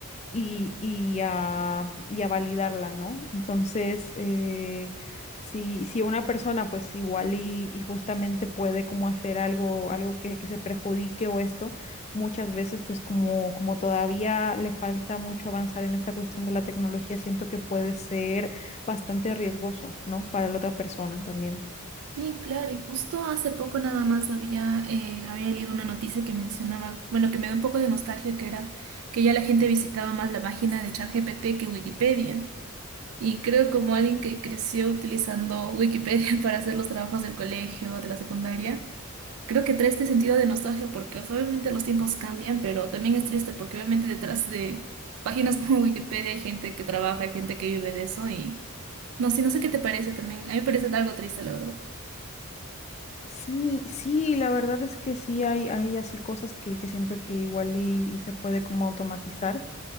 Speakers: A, on the left; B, on the right.
A: y, y a, y a validarla, ¿no? Entonces, eh, si, si una persona pues igual y, y justamente puede como hacer algo, algo que, que se perjudique o esto, muchas veces pues como, como todavía le falta mucho avanzar en esta cuestión de la tecnología, siento que puede ser bastante riesgoso, ¿no? Para la otra persona también.
B: Sí, claro, y justo hace poco nada más había, eh, había leído una noticia que mencionaba, bueno, que me da un poco de nostalgia, que era que ya la gente visitaba más la página de ChatGPT que Wikipedia. Y creo como alguien que creció utilizando Wikipedia <laughs> para hacer los trabajos del colegio, de la secundaria, Creo que trae este sentido de nostalgia porque, o sea, obviamente los tiempos cambian, pero también es triste porque obviamente detrás de páginas <laughs> como Wikipedia hay gente que trabaja, hay gente que vive de eso y no sé, no sé qué te parece también. A mí me parece algo triste, la verdad.
A: Sí, sí, la verdad es que sí hay, hay así cosas que, que siento que igual y, y se puede como automatizar.